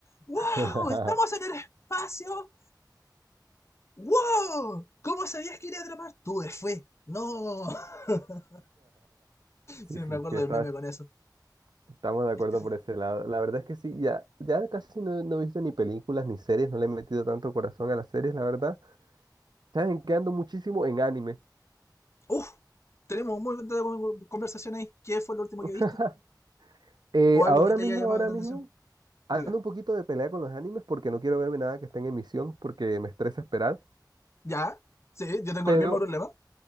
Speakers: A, on the left; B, on the right.
A: ¡Wow!
B: <laughs>
A: ¡Estamos en el espacio! ¡Wow! ¿Cómo sabías que iba a atrapar? Tuve fe. No. <laughs>
B: Sí,
A: Sí, me
B: sí,
A: acuerdo
B: sí, está-
A: del meme con eso.
B: estamos de acuerdo
A: Es terrible.
B: por ese lado. La verdad es que sí, ya, ya casi no, no he visto ni películas ni series, no le he metido tanto corazón a las series, la verdad. Saben que ando muchísimo en anime.
A: Uf, tenemos muy buena conversación ahí. ¿Qué fue lo último que
B: <laughs>
A: viste?
B: Eh,
A: ¿O algo
B: ahora
A: que te
B: mismo,
A: haya llamado
B: ahora
A: la
B: mismo,
A: atención? Diga.
B: ando un poquito de pelea con los animes porque no quiero verme nada que esté en emisión porque me estresa esperar.
A: ¿Ya? Sí, yo tengo
B: Pero
A: el mismo problema.